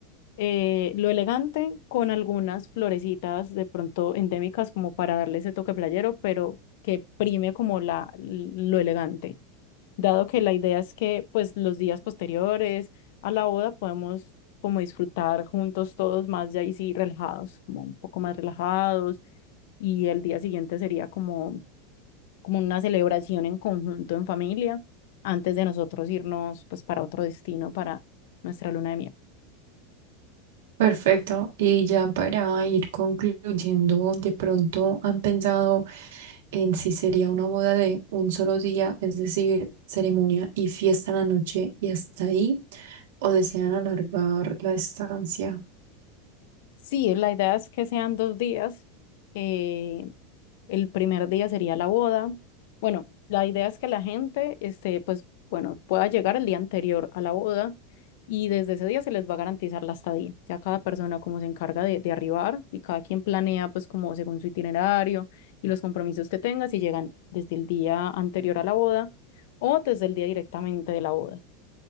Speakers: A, on the left; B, on the right.
A: eh, lo elegante con algunas florecitas de pronto endémicas como para darle ese toque playero, pero que prime como la, lo elegante, dado que la idea es que pues los días posteriores a la boda podemos como disfrutar juntos todos más ya ahí sí relajados, como un poco más relajados y el día siguiente sería como, como una celebración en conjunto en familia antes de nosotros irnos pues para otro destino para nuestra luna de miel.
B: Perfecto. Y ya para ir concluyendo, de pronto han pensado... En sí sería una boda de un solo día, es decir, ceremonia y fiesta en la noche y hasta ahí, o desean alargar la estancia.
A: Sí, la idea es que sean dos días. eh, el primer día sería la boda. Bueno, la idea es que la gente, este, pues, bueno, pueda llegar el día anterior a la boda y desde ese día se les va a garantizar la estadía. Ya cada persona como se encarga de, de arribar y cada quien planea pues como según su itinerario y los compromisos que tenga, si llegan desde el día anterior a la boda o desde el día directamente de la boda.